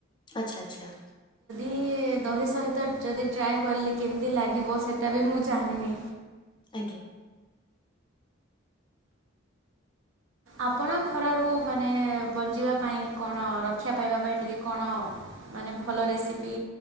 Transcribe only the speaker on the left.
ଆଛା ଆଛା।
ଆଜ୍ଞା।